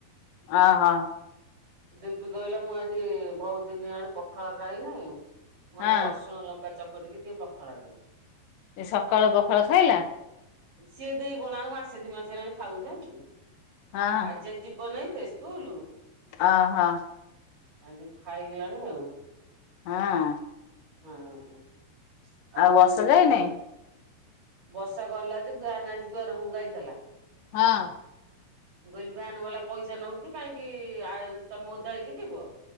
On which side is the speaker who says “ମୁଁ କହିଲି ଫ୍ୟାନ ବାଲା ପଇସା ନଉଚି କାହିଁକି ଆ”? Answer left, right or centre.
Right